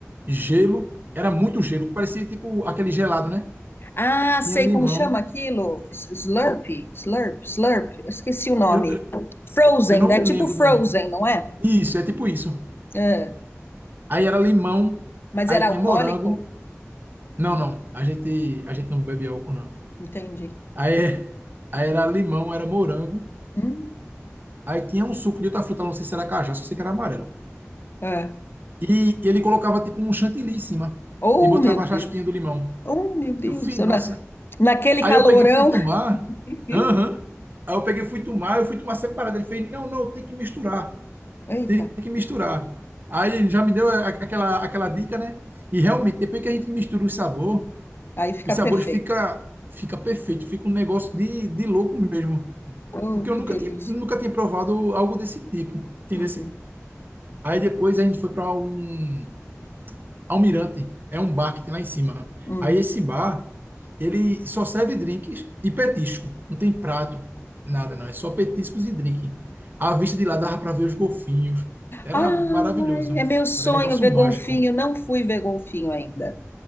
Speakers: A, on the right; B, on the left.
A: gelo, era muito gelo, parecia tipo aquele gelado, né?
B: Ah, sei
A: Tinha limão,
B: como chama aquilo? S- Slurp, slurp, slurp. Eu Esqueci o nome.
A: eu, eu
B: Frozen,
A: eu não
B: né?
A: me
B: Tipo
A: lembro
B: Frozen,
A: do nome.
B: não é?
A: Isso, é tipo isso.
B: Ah,
A: Aí era limão,
B: mas
A: aí
B: era
A: tinha
B: alcoólico?
A: morango. Não, não, a gente, a gente não bebe álcool, não.
B: Entendi.
A: Aí, aí era limão, era morango,
B: Hum,
A: aí tinha um suco de outra fruta, não sei se era cajá, só sei que era amarelo.
B: ah.
A: E ele colocava tipo um chantilly em cima
B: Oh,
A: e botava
B: meu
A: a raspinha
B: Deus.
A: do limão.
B: Oh, meu Deus
A: Eu fui,
B: do céu.
A: nossa.
B: Na- Naquele
A: Aí
B: calorão.
A: eu peguei e fui tomar.
B: Uhum.
A: Aham. Aí eu peguei e fui tomar, eu fui tomar separado. Ele fez, não, não, tem que misturar,
B: Eita,
A: tem que misturar. Aí ele já me deu a- aquela, aquela dica, né? E realmente, depois que a gente mistura o sabor,
B: aí fica
A: os sabores
B: perfeito.
A: fica, fica perfeito, fica um negócio de, de louco mesmo.
B: Oh,
A: Porque eu
B: que
A: nunca
B: delícia.
A: tinha, nunca tinha provado algo desse tipo, entendeu?
B: Uhum,
A: Aí depois a gente foi para um, Almirante é um bar que tem lá em cima.
B: hum.
A: Aí esse bar, ele só serve drinks e petisco. Não tem prato, nada não. É só petiscos e drink. A vista de lá dava para ver os golfinhos. Era
B: Ai,
A: maravilhoso.
B: é meu sonho
A: Era negócio
B: ver
A: mágico.
B: golfinho. Não fui ver golfinho ainda.